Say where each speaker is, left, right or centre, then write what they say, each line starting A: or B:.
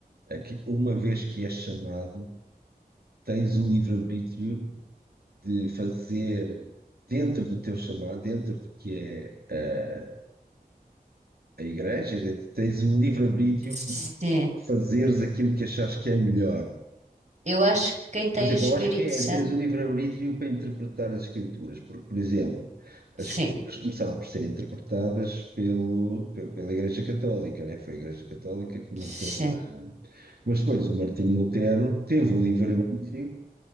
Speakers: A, on the right; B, on the right.
A: a que, uma vez que és chamado, tens o livre-arbítrio de fazer dentro do teu chamado, dentro do que é eh, a igreja, e dentro- tens um livre-arbítrio
B: sim,
A: para fazeres aquilo que achares que é melhor?
B: eu acho que quem tem
A: Por exemplo,
B: o Espírito
A: eu acho que é
B: Santo,
A: teres o livre-arbítrio para interpretar as escrituras, porque, por exemplo,
B: sim,
A: as escrituras começaram por ser interpretadas pelo, pe- pela Igreja Católica, né? Foi a Igreja Católica que
B: sim.
A: montou a. Mas depois o Martinho Lutero teve o livre-arbítrio